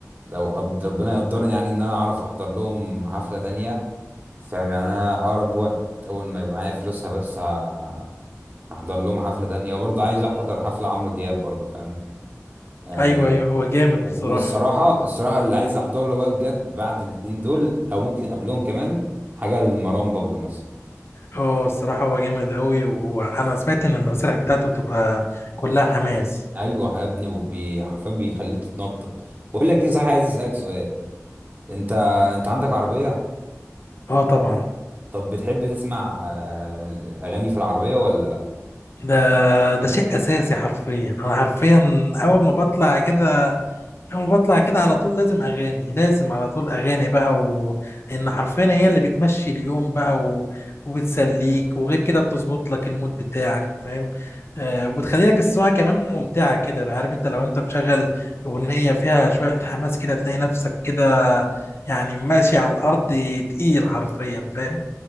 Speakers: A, on the right; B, on the left.
A: لو قد- ربنا يقدرني يعني ان انا اعرف احضر لهم حفله تانية فاهم يعني انا اقرب وقت اول ما يبقى معايا فلوسها بس ه- هحضر لهم حفله تانية وبرضه عايز احضر حفله عمرو دياب برضه فاهم يعني
B: ايوه ايوه هو جامد
A: و-
B: بصراحة
A: والصراحه الصراحه اللي عايز احضر له بقى بجد بعد الاتنين دول او ممكن قبلهم كمان حاجه لمروان بابلو مثلا
B: اه الصراحة هو جامد قوي وانا سمعت ان المسارح بتاعته تبقى كلها حماس
A: ايوه يا ابني وبي حرفيا بيخليك تتنطط بقول لك ايه صحيح عايز اسالك سؤال انت انت عندك عربيه
B: اه طبعا
A: طب بتحب تسمع آه، الاغاني في العربيه ولا لا
B: ده ده شيء اساسي حرفيا انا حرفيا اول ما بطلع كده أول ما بطلع كده على طول لازم أغاني لازم على طول أغاني بقى و... لأن حرفيا هي اللي بتمشي اليوم بقى و... وبتسليك وغير كده بتظبط لك المود بتاعك فاهم آه وبتخلي لك السواقة كمان ممتعة كده عارف أنت لو أنت مشغل أغنية فيها شوية حماس كده تلاقي نفسك كده يعني ماشي على الأرض تقيل حرفيا فاهم